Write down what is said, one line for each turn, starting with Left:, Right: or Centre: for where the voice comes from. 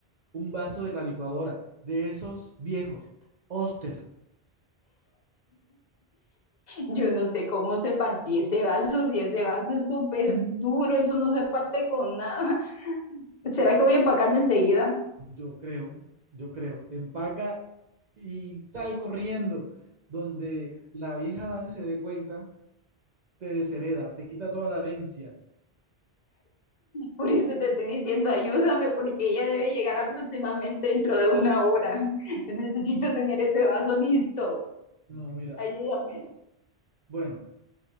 Right: Un vaso de la licuadora, de esos viejos. Oster.
Left: Yo no sé cómo se partió ese vaso, si ese vaso es súper duro, eso no se parte con nada. ¿Será que voy empacando enseguida?
Right: Yo creo, yo creo. Empaca y sal corriendo. Donde la vieja Dani se dé cuenta, te deshereda, te quita toda la herencia.
Left: Por eso te estoy diciendo, ayúdame, porque ella debe llegar aproximadamente dentro de una hora. Yo necesito tener ese vaso listo.
Right: No, mira.
Left: Ayúdame.
Right: Bueno,